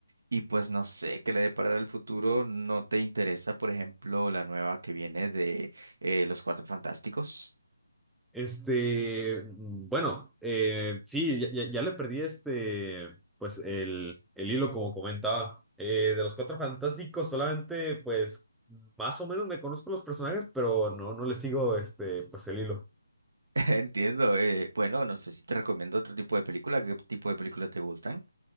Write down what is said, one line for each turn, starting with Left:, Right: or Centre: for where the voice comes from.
Right: y pues no sé qué le deparará el futuro. ¿No te interesa, por ejemplo, la nueva que viene de eh, Los Cuatro Fantásticos?
Centre: Este, bueno, eh, sí, ya, ya- ya le perdí este, pues el, el hilo como comentaba. Eh, de los Cuatro Fantásticos solamente, pues, más o menos me conozco los personajes, pero no, no le sigo, este, pues el hilo.
Right: <laughs> Entiendo. eh, bueno, no sé si te recomiendo otro tipo de película. ¿Qué tipo de películas te gustan?